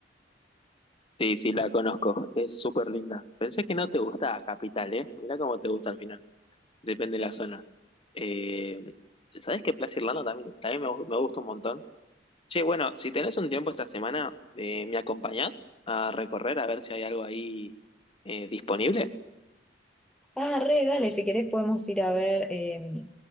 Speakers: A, on the left; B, in the centre.
A: Sí, sí, la conozco. Es súper linda. Pensé que no te gustaba Capital, ¿eh? Mirá cómo te gusta al final. Depende de la zona. Eh, ¿sabés que Plaza Irlanda también, también me, gu- me gusta un montón? Che, bueno, si tenés un tiempo esta semana, eh, ¿me acompañás a recorrer a ver si hay algo ahí eh, disponible?
B: Ah, re, dale, si querés podemos ir a ver, eh,